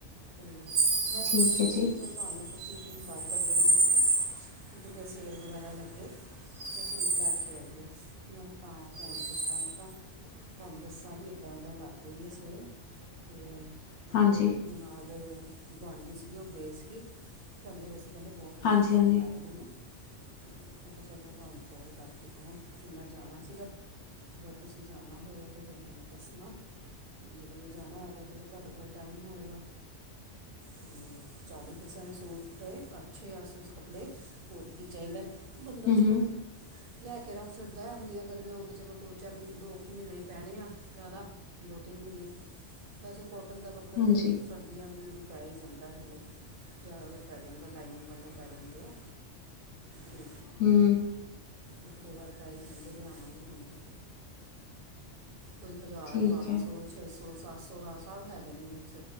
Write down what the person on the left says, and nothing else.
ਠੀਕ ਐ
ਜੀ,
ਹਾਂਜੀ,
ਹਾਂਜੀ-ਹਾਂਜੀ।
ਹੂੰ-ਹੂੰ,
ਹਾਂਜੀ,
ਹੂੰ,
ਠੀਕ
ਐ,